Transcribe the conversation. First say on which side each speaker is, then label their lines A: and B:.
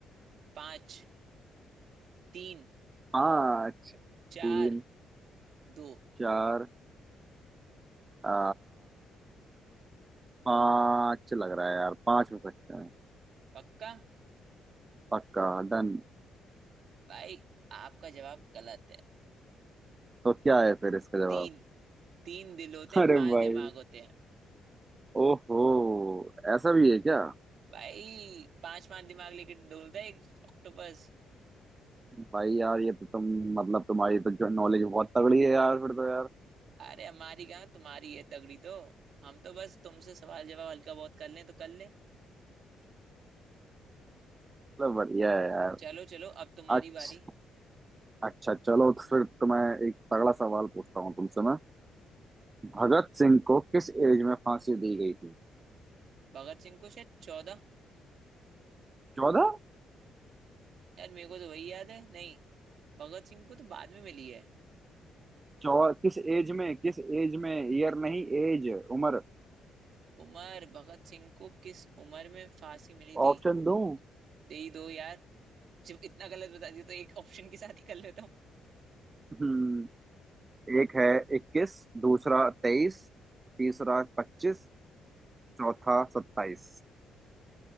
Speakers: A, on the right; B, on the right.
A: पांच तीन
B: पाँच तीन
A: चार दो
B: चार आ, पाँच लग रहा है यार पाँच हो सकते हैं
A: पक्का
B: पक्का डन
A: भाई आपका जवाब गलत है
B: तो क्या है फिर इसका जवाब
A: तीन तीन दिल होते
B: <laughs>
A: हैं
B: अरे
A: पांच
B: भाई
A: दिमाग होते हैं
B: ओहो ऐसा भी है क्या
A: भाई पांच पांच दिमाग लेके डोलता है एक ऑक्टोपस
B: भाई यार ये तो तुम मतलब तुम्हारी तो नॉलेज बहुत तगड़ी है यार फिर तो यार
A: अरे हमारी कहाँ तुम्हारी है तगड़ी तो हम तो बस तुमसे सवाल जवाब हल्का बहुत कर लें तो कर ले
B: चलो बढ़िया है यार
A: चलो चलो अब तुम्हारी
B: अच्छा
A: बारी
B: अच्छा चलो तो फिर तो मैं एक तगड़ा सवाल पूछता हूँ तुमसे मैं भगत सिंह को किस एज में फांसी दी गई थी
A: भगत सिंह को शायद चौदह
B: चौदह
A: यार मेरे को तो वही याद है नहीं भगत सिंह को तो बाद में मिली है
B: चौ किस एज में किस एज में ईयर नहीं एज उम्र
A: उमर भगत सिंह को किस उम्र में फांसी मिली थी
B: ऑप्शन दूं
A: दे ही दो यार जब इतना गलत बता दिया तो एक ऑप्शन के साथ ही कर लेता हूँ
B: हम्म, एक है इक्कीस दूसरा तेईस तीसरा पच्चीस चौथा सत्ताईस